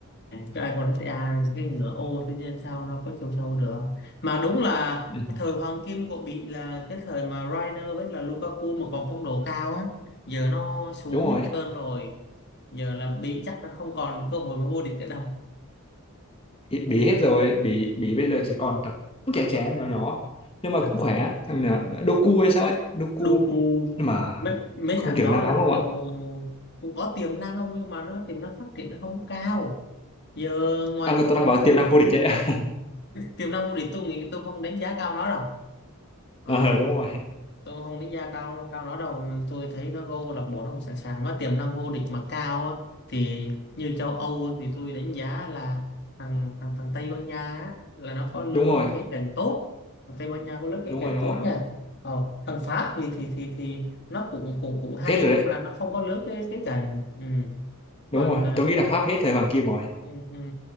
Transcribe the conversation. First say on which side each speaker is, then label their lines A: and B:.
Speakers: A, on the left; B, on the left.
A: cái Croatia cái ngựa ô thế nên sao nó có chiều sâu được mà đúng là
B: <laughs> ừ.
A: thời hoàng kim của Bỉ là cái thời mà rainer với là Lukaku mà còn phong độ cao á giờ nó xuống
B: đúng
A: hết
B: rồi
A: trơn rồi giờ là Bỉ chắc là không còn cơ hội mà vô địch nữa đâu
B: Bỉ Bỉ hết rồi Bỉ Bỉ bây
A: Ừ.
B: giờ chỉ còn thằng cũng trẻ trẻ nhỏ nhỏ nhưng mà
A: Ờ,
B: cũng khỏe thằng nào- Doku hay sao ấy Doku
A: Doku
B: nhưng mà
A: mấy, mấy
B: không
A: thằng
B: tiềm
A: đó
B: năng lắm
A: là
B: đúng
A: kiểu
B: không
A: cũng có tiềm năng không nhưng mà nó tiềm năng phát triển nó không có cao giờ ngoài
B: ạ à
A: thằng
B: tôi đang
A: Doku
B: bảo tiềm năng
A: ra,
B: vô địch đấy <laughs>
A: tiềm năng của địch tôi nghĩ tôi không đánh giá cao nó đâu Ờ
B: ờ đúng rồi
A: tôi không nghĩ ra cao cao nó đâu tôi thấy nó vô lạc bộ nó cũng sẵn sàng nó tiềm năng vô địch mà cao á thì như châu Âu thì tôi đánh giá là thằng thằng thằng Tây Ban Nha á, là nó có lứa
B: đúng rồi
A: cái cành tốt thằng Tây Ban Nha có lứa cái
B: đúng
A: cành
B: rồi đúng
A: tốt
B: rồi
A: nha ờ, thằng Pháp thì thì thì thì nó cũng cũng cũng hay
B: hết rồi
A: nhưng
B: đấy
A: mà nó không có lứa cái cái cành ừ.
B: đúng
A: còn
B: rồi
A: ờ,
B: tôi nghĩ là Pháp hết thời Hoàng Kim rồi
A: ừ, ừ.